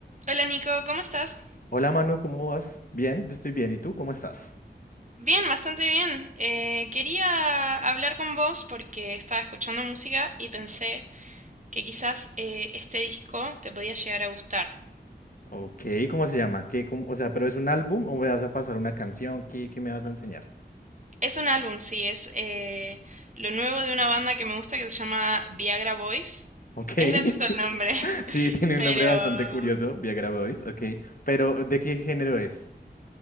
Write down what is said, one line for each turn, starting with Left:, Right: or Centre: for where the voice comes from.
Right: Hola Nico, ¿cómo estás?
Left: Hola Manu, ¿cómo vas? Bien, yo estoy bien. ¿Y tú cómo estás?
Right: Bien, bastante bien. Eh, quería hablar con vos porque estaba escuchando música y pensé que quizás eh, este disco te podía llegar a gustar.
Left: Ok, ¿cómo se llama? ¿Qué, cómo- o sea, ¿pero es un álbum o me vas a pasar una canción? ¿Qué, qué me vas a enseñar?
Right: Es un álbum, sí, es eh, lo nuevo de una banda que me gusta que se llama Viagra Boys.
Left: Ok, <laughs>
Right: Es gracioso el nombre, <laughs>
Left: sí, tiene
Right: pero
Left: un nombre bastante curioso, Viagra Boys, ok. Pero, ¿de qué género es?